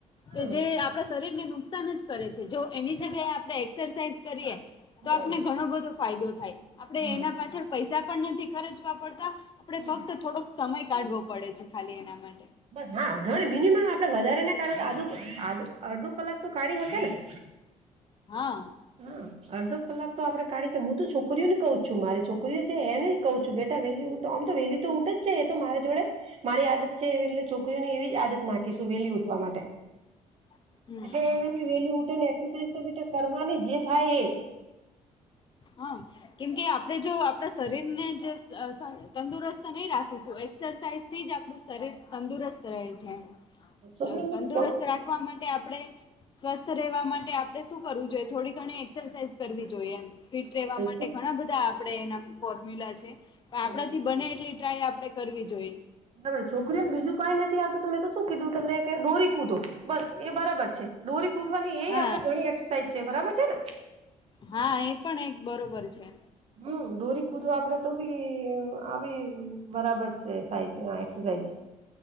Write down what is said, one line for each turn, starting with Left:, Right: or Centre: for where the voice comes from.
Right: હા
Left: તો જે આપ પણાં શરીર ને નુકસાન જ કરે છે. જો એની જગ્યાએ આપણેે એક્સરસાઇઝ કરીએ
Right: હમ
Left: તો આપને ઘણો બધો ફાયદો થાય. આપણે
Right: ઘણું
Left: એના પાછળ પૈસા પણ નથી ખર્ચવા પડતા આપણે
Right: હમ
Left: ફક્ત થોડોક સમય કાઢવો પડે છે ખાલી એના માટે.
Right: બસ હા. ઘણ મિનિમમ આપણે વધારે ના કાઢો, તો આધો-આધો અડધો કલાક તો કાઢી હકે ને. <inaudible>
Left: હા.
Right: હા. અડધો કલાક તો આપણે કાઢી છે. હું તો છોકરીઓને કઉં છું. મારી છોકરીઓ છે એનેય કઉ છું, બેટા વહેલી ઉઠ તો આમ તો વહેલી તો ઉઠે જ છે. તો મારા જોડે મારી આદત છે એવી એટલે છોકરીઓ ને એવી જ આદત નાખીશું વહેલી ઉઠવા માટે.
Left: હમ
Right: એટલે એ વહેલી-વહેલી ઉઠે ને એક્સરસાાઈઝ તો બેટા કરવાની જ. જે થાય એ.
Left: હા. કેમ કે આપણે જો આપણા શરીરને જ સ-સ તંદુરસ્ત નહીં રાખીશું, એક્સરસાઇઝ થી જ આપણું શરીર તંદુરસ્ત રહે છે.
Right: છોકરીઓને
Left: તં તંદુરસ્ત
Right: બરાબર
Left: રાખવા માટે આપણે સ્વસ્થ રહેવા માટે આપણે શું કરવું જોઈએ? થોડી ઘણી એક્સરસાાઈઝ કરવી જોઈએ એમ. ફિટ રેવા માટે
Right: છે
Left: ઘણા બધા આપડે એના ફોર્મ્યુલા છે. પણ આપણાથી
Right: બરાબર
Left: બને એટલી- -ટ્રાય આપડે કરવી જોઈએ.
Right: આપડે છોકરીઓને બીજું કઈ નથી આવતું, મેં તો શું કીધું, તમને ડોરી કુંધો બસ એ બરાબર છે. ડોરી કૂદવાની, એ
Left: હા
Right: આપડે ઘણી એક્સરસાઇઝ છે બરાબર છે ને?
Left: હા, એ પણ એક બરોબર છે.
Right: હમ, દોરી કૂદો આપડે તો બી આવી બરાબર છે સાઈ- જે એકસરસાઇઝ